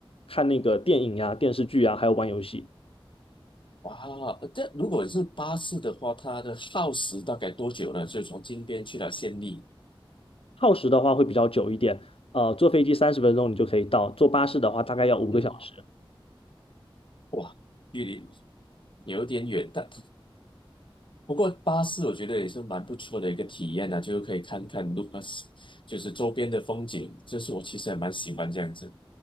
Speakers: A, on the left; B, on the left.
A: 看那个电影呀、电视剧啊，还有玩游戏。
B: 哇，呃这如果是巴士的话，它的耗时大概多久呢？所以从金边去到暹粒，
A: 耗时的话会比较久一点，呃，坐飞机三十分钟你就可以到，坐巴士的话大概要五个小时。
B: 嗯哼，哇，距离有点远，但不过巴士我觉得也是蛮不错的一个体验呢、就是可以看看路，就是周边的风景，这是我其实还蛮喜欢这样子。